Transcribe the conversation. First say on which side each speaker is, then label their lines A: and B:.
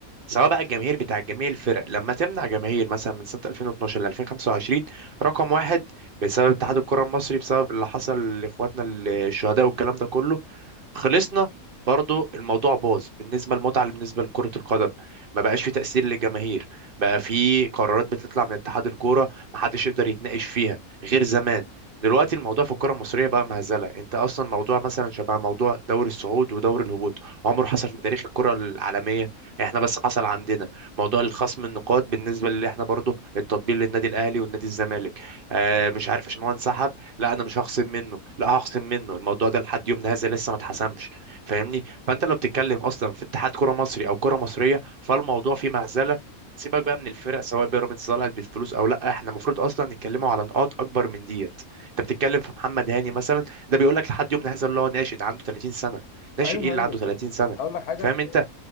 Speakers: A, on the right (about 45°); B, on the left (about 85°).
A: سواء بقى الجماهير بتاع جميع الفرق لما تمنع جماهير مثلا من سنه 2012 ل 2025 رقم واحد بسبب اتحاد الكره المصري بسبب اللي حصل لاخواتنا الشهداء والكلام ده كله خلصنا برضو الموضوع باظ بالنسبة للمتعة بالنسبة لكرة القدم ما بقاش في تأثير للجماهير بقى في قرارات بتطلع من اتحاد الكورة ما حدش يقدر يتناقش فيها غير زمان دلوقتي الموضوع في الكرة المصرية بقى مهزلة انت اصلا موضوع مثلا شبه موضوع دوري الصعود ودوري الهبوط عمره حصل في تاريخ الكرة العالمية احنا بس حصل عندنا موضوع الخصم النقاط بالنسبة اللي احنا برضو التطبيل للنادي الاهلي والنادي الزمالك آه مش عارف عشان هو انسحب لا انا مش هخصم منه لا هخصم منه الموضوع ده لحد يومنا هذا لسه ما اتحسمش فاهمني فانت لو بتتكلم اصلا في اتحاد كرة مصري او كرة مصرية فالموضوع فيه مهزله سيبك بقى من الفرق سواء بيراميدز طلعت بالفلوس او لا احنا المفروض اصلا نتكلموا على نقاط اكبر من ديت انت بتتكلم في محمد هاني مثلا ده بيقول لك لحد يومنا هذا اللي هو ناشئ ده عنده 30 سنه ناشئ
B: ايوه
A: ايه اللي
B: ايوه
A: عنده
B: فعلا
A: 30 سنه
B: اقول لك حاجه
A: فاهم انت